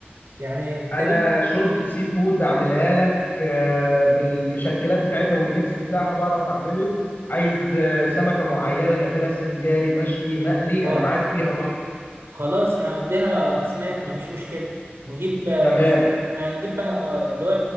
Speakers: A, on the right; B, on the left.
A: يعني انت
B: انا
A: ليه
B: شوربه سي فود اعملها لك آه، بالمشكلات بتاعتها والميكس بتاعها بعرف اعمله عايز آه، سمكه معينه نعملها سنجاري مشوي مقلي
A: اه
B: انا معاك فيها برضه
A: خلاص نقضيها اسماك مفيش مشكله نجيب آه،
B: تمام
A: هنجيب بقى آه، اللي هو